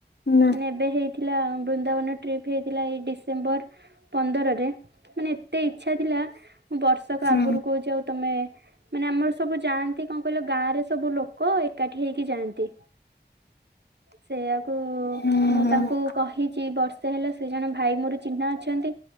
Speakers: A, on the left; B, on the right.
A: ହୁଁ
B: ମାନେ ଏବେ ହେଇଥିଲା ବୃନ୍ଦାବନ ଟ୍ର ଫ ହେ ଥିଲା ଏଇ ଡିସେମ୍ବର ପନ୍ଦରରେ ମାନେ ଏତେ ଇଚଛା ଥିଲା ମୁଁ ବର୍ଷକ
A: ହୁଁ
B: ଆଗରୁ କହୁଛି ଆଉ ମାନେ ଆମର ସବୁ ଯାଆନ୍ତି କଣ କହିଲ ଗାଁରେ ସବୁ ଲୋକ ଏକାଠି ହେଇକି ଯାଆନ୍ତି ସେୟା
A: ହୁଁ
B: ମୁଁ
A: ହୁଁ।
B: ତାଙ୍କୁ କହିଛି ବର୍ଷ ସେ ହେଲେ ସେ ଜଣେ ଭାଇ ମୋର ଚିହ୍ନା ଅଛନ୍ତି